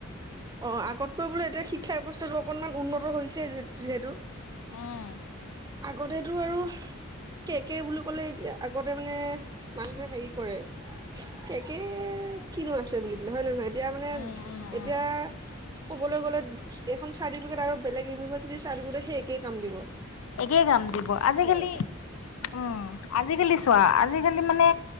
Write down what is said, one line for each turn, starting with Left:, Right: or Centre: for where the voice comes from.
Right: অ আগতকৈ বোলে এতিয়া শিক্ষা ব্য্ৱস্থাটো অকনমান উন্নত হৈছে যিহেতু
Left: উম
Right: আগতেতটো আৰু কে কে বুলি কলে এতিয়া আগতে মানে মানুহে হেৰি কৰে কেকে কিনো আছে বুলি পোলে হয় ন নহয় এতিয়া মানে
Left: উম উম
Right: এতিয়া
Left: উম
Right: কবলৈ গলে এখন চাৰ্টফিকে আৰু বেলেগ ইউনিভাৰ্চিটি চাৰ্টিফিকেট সেই একেই কাম দিব
Left: একেই কাম দিব আজিকালি
Right: হয়
Left: উম আজিকালি চোৱা আজিকালি মানে